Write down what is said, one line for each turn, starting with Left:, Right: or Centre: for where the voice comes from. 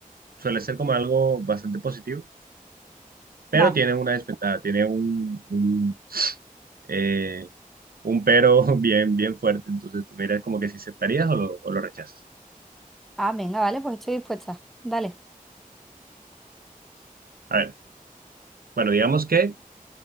Right: suele ser como algo bastante positivo, pero
Centre: Vale.
Right: tiene una desventaja, tiene un, un, eh, un pero <laughs> bien, bien fuerte, entonces tú miras como que si aceptarías o lo, o lo rechazas.
Centre: Ah, venga, vale, pues estoy dispuesta. Dale.
Right: A ver, bueno, digamos que